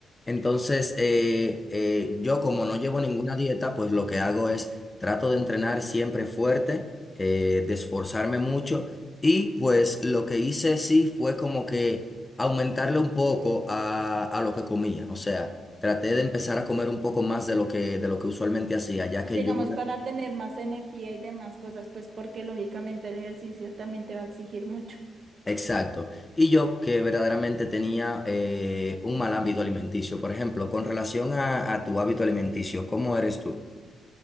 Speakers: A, on the left; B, on the right.
A: Entonces, eh, eh, yo como no llevo ninguna dieta, pues lo que hago es trato de entrenar siempre fuerte, eh, de esforzarme mucho y pues lo que hice sí fue como que aumentarle un poco a, a lo que comía. O sea, traté de empezar a comer un poco más de lo que, de lo que usualmente hacía, ya
B: Pues
A: que
B: digamos,
A: yo...
B: para tener más energía y demás cosas, pues porque lógicamente el ejercicio también te va a exigir mucho.
A: Exacto. Y yo que verdaderamente tenía eh, un mal hábito alimenticio. Por ejemplo, con relación a, a tu hábito alimenticio, ¿cómo eres tú?